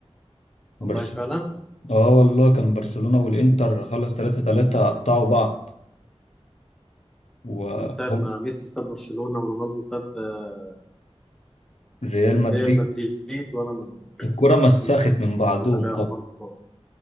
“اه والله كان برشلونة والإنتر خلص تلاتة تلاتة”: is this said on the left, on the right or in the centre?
Left